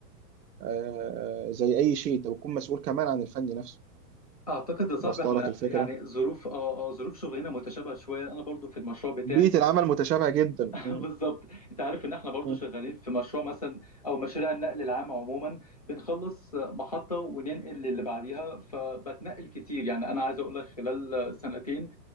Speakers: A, on the right; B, on the left.
A: آه، زي اي شيء انت بتكون مسؤول كمان عن الفن نفسه
B: اعتقد يا صاحبي
A: واصله
B: احنا
A: لك الفكره
B: يعني ظروف اه اه ظروف شغلنا متشابهه شويه انا برضو في المشروع بتاعي
A: بيئه العمل متشابهه جدا
B: <laughs>
A: م-
B: بالظبط انت عارف ان احنا برضو
A: م-
B: شغالين في مشروع مثلا او مشاريع النقل العام عموما بنخلص محطه وننقل للي بعديها فبتنقل كتير يعني انا عايز اقول لك خلال سنتين